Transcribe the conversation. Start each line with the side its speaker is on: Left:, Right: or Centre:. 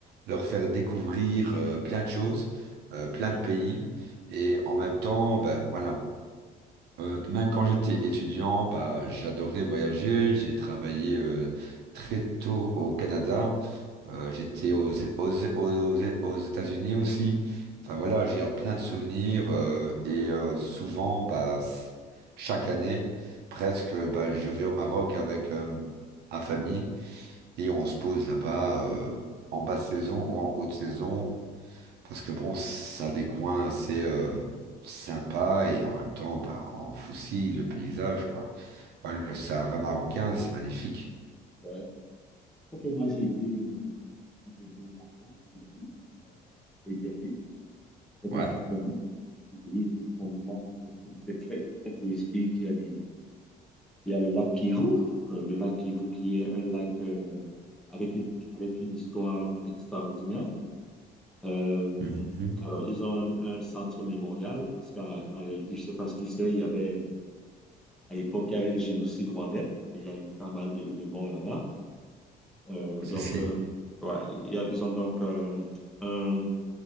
Right: leur faire découvrir euh, plein de choses, euh,
Centre: Ok,
Right: plein de pays. Et en même temps, bah, voilà, Euh, même quand j'étais étudiant, bah, j'adorais voyager. J'ai travaillé euh, très tôt au Canada. Euh, j'étais
Centre: ok,
Right: aux, aux, aux, aux États-Unis aussi. Enfin voilà, j'ai plein de souvenirs euh, et euh, souvent, bah, c- chaque année, presque, bah, je vais au Maroc avec euh, ma famille et on se pose là-bas euh, en basse saison ou en haute saison. Parce que bon, ça a des coins assez euh, sympas et en même temps, bah, on fossile le paysage, quoi. Ouais, le Sahara marocain, c'est magnifique.
Centre: ouais. Ok, moi j'ai été, euh, moi, j'ai été au Rwanda, à Kigali. Euh, je te conseille d'y aller. Je sais
Right: Ouais.
Centre: pas si tu connais. C'est un pays extrêmement, euh, c'est très, très touristique. Il y a des Il y a le lac Kivu, euh, le lac Kivu qui est un lac euh, avec une, avec une histoire extraordinaire. Euh,
Right: Mhm.
Centre: alors, ils ont un, un centre mémorial parce qu'en en réalité, je ne sais pas si tu sais, il y avait, euh, à l'époque, il y avait le génocide rwandais. Il y a eu pas mal de, de morts là-bas. Euh,
Right: Si,
Centre: donc,
Right: si.
Centre: euh, ouais, il y a- ils ont donc euh, un-